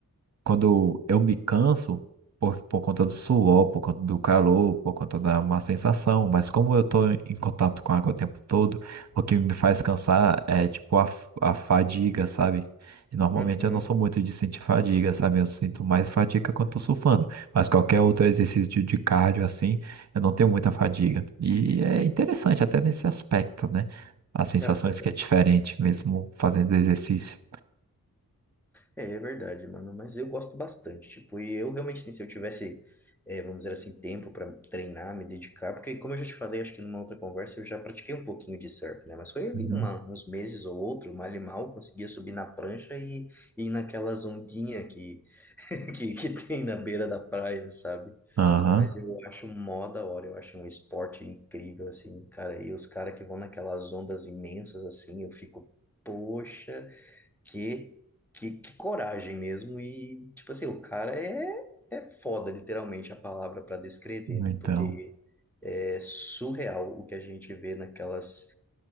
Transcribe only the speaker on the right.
quando eu me canso por, por conta do suor, por conta do calor, por conta da má sensação, mas como eu estou em contato com a água o tempo todo, o que me faz cansar é tipo a, f- a fadiga, sabe? E normalmente
eu não sou muito de sentir fadiga, sabe? Eu sinto mais fadiga quando estou surfando, mas qualquer outro exercício de cardio assim, eu não tenho muita fadiga. E é interessante até nesse aspecto, né? As sensações
que é diferente mesmo fazendo exercício.
Uhum.
Aham,
Então.